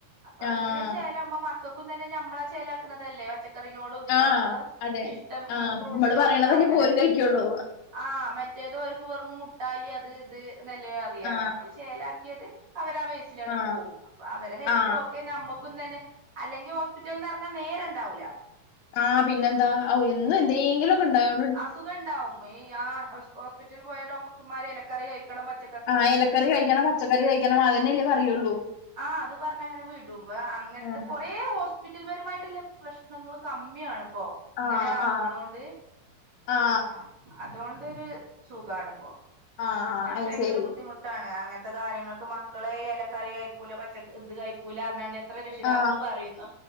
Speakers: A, on the right; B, on the left.
A: അപ്പൊ
B: ആഹ്
A: ഇങ്ങനെ ഒരു ചേലാവുമ്പോ പക്കും തന്നെ നമ്മളെ ചേലാക്കുന്നതല്ലേ പച്ചക്കറിനോടും
B: ആ.
A: നോടൊക്കെ
B: അതെ.
A: ഇഷ്ടം
B: ആ.
A: ഫ്രൂസിനോടെക്കെ
B: നമ്മള് പറയണതല്ലേ
A: അങ്ങനെ
B: ഇപ്പൊ ഓരും കഴിക്കുള്ളൂ.
A: ആ- മറ്റേത് അവർക്ക് വെറും മുട്ടായി അത് ഇത് എന്നല്ലേ അറിയാം.
B: ആ.
A: ഞമ്മള് ചേലാക്കിയത് അവരാ വേസ
B: ആ.
A: പോവും. അപ്പൊ അവരെ ഹെൽത്തും
B: ആ.
A: ഒക്കെ നമ്മുക്കു തന്നെ അല്ലെങ്കി ഹോസ്പിറ്റൽ നിന്ന് ഇറങ്ങാൽ നേരം ഉണ്ടാവൂല.
B: ആഹ പിന്നെ എന്താ? എന്നും എന്തെങ്കിലും ഒക്കെ ഉണ്ടായോ
A: അസുഖം ഉണ്ടാവും. ഈ ആ ഹോസ്പിറ്റലിൽ പോയ ഡോക്ടർമാര് ഇലക്കറി കഴിക്കണം പച്ച
B: ആഹ് ഇലക്കറി കഴിക്കണം, പച്ചക്കറി കഴിക്കണം, അത് തന്നെയല്ലേ പറയുള്ളൂ.
A: ആഹ അത് പറഞ്ഞങ്ങനെ വീടുമ്പോ അങ്ങനത്തെ
B: ഉം.
A: കൊറേ വറ്റിൽപരമായിട്ടുള്ള പ്രശ്നങ്ങള് കമ്മിയാണ് ഇപ്പോ
B: ആ.
A: ഇങ്ങനെ ആവണോണ്ട്.
B: ആ. ആ.
A: ആഹ് അതുകൊണ്ടൊരു സുഖമാണിപ്പോ.
B: ആ.
A: മറ്റേത്
B: അയ്‌ശരി.
A: ഭയങ്കര ബുദ്ധിമുട്ട് ആണ് അങ്ങനത്തെ കാര്യങ്ങൾക്ക് മക്കളെ ഇലക്കറി കഴിക്കൂല പച്ച ഇത് കഴിക്കൂല പറഞ്ഞാണ്ട് അത്ര രക്ഷിതാക്കള്
B: ആ.
A: പറയുന്നു